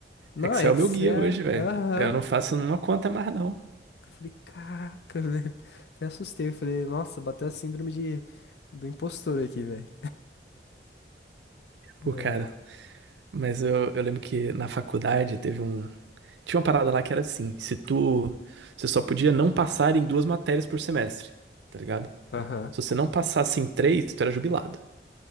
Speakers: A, on the left (about 70°); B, on the right (about 75°).
A: Não,
B: Excel
A: é Excel,
B: é o meu guia hoje, velho.
A: aham.
B: Eu não faço nenhuma conta mais, não.
A: Eu falei, caraca, <laughs> velho. Até assustei, eu falei, nossa, bateu a síndrome de... do impostor aqui, velho.
B: Pô,
A: É.
B: cara. Mas eu, eu lembro que na faculdade teve um, Tinha uma parada lá que era assim, se tu, você só podia não passar em duas matérias por semestre, tá ligado?
A: Aham.
B: Se você não passasse em três, tu era jubilado,